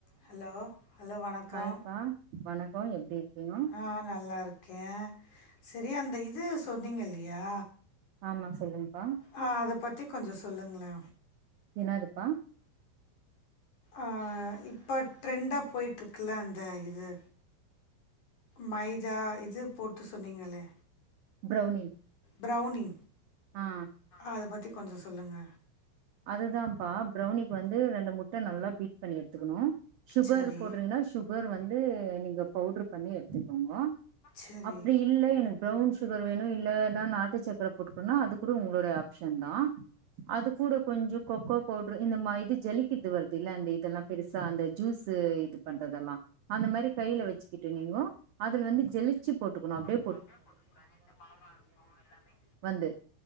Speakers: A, on the left; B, on the right.
A: Hello hello வணக்கோ
B: ஹாய்ப்பா வணக்கோ எப்டி இருக்கீங்க
A: ஆ, நல்லா இருக் கே சேரி அந்த இது சொன்னீங்க இல்லையா
B: ஆமா சொல்லுங் க்கா
A: ஆ அத பத்தி கொஞ்சோ சொல்லுங்களே
B: என்னதுப்பா
A: அ இப்போ ட்ரெண்டா போயிட்டுருக்குல அந்த இது மைதா இது போட்டு சொன்னீங்களே
B: ப்ரௌனி
A: ப்ரெளனி
B: ஆ
A: அத பத்தி கொஞ்சோ சொல்லுங்க
B: அதுதாப்பா ப்ரௌனிக்கு வந்து ரெண்டு முட்ட நல்லா பீட் எடுத்துக்கணு சுகர்
A: சரி
B: போடுறீங்கனா சுகர் வந்து நீங்க பவுடரு பண்ணி எடுத்துக்கோங்கோ
A: சரி
B: அப்டி இல்ல எனக்கு ப்ரவுன் சுகர் வேணு இல்ல நா நாட்டு சக்கர போட்டுக்குறனா அது கூட உங்களுடைய ஆஃப் ஷன் தா அது கூட கொஞ்சோ கோகோ பவுடரு இந்த மாரி இது ஜலிக்கிறது இது வருது இல்ல அந்த இதெல்லா பெருசா அந்த ஜூஸ் இது பண்றதெல்லா அந்த மாரி கையில வச்சுக்கிட்டு நீங்கோ அதுல வந்து ஜெலிச்சு போட்டுக்கணு அப்படியே
A: பவுடரா போட்டுக்கக்கூடாது இந்த மாவா இருக்கு எல்லாமே
B: வந்து